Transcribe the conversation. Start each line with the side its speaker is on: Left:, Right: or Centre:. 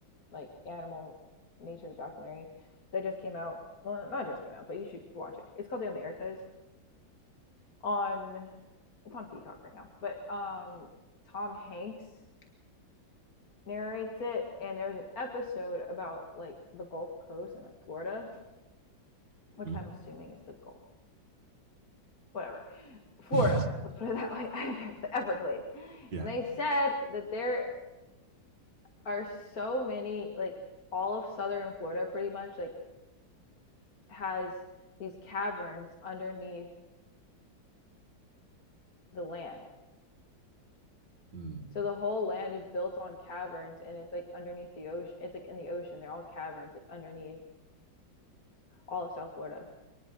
Left: like animal nature documentary that just came out well not just came out but you should watch it it's called the americas on it's on peacock right now but um tom hanks narrates it and there's an episode about like the gulf coast and like florida
Right: Mhm.
Left: which i'm assuming is the gulf whatever florida
Right: <laughs>
Left: let's put it that way <laughs> the everglades
Right: yeah.
Left: and they said that there are so many like all of southern Florida pretty much like has these caverns underneath the land.
Right: Mm.
Left: So the whole land is built on caverns and it's like underneath the ocean. It's like in the ocean. They're all caverns like underneath all of South Florida.